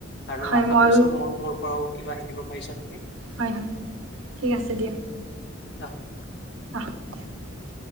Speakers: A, on the left; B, on the right.
A: আৰু
B: হয়
A: আশা
B: ময়ো
A: কৰিছো মোৰ, মোৰ পৰাও কিবা শিকিব পাৰিছা তুমি।
B: হয় হয় ঠিক আছে দিয়া।
A: <inaudible>
B: অফ <unintelligible>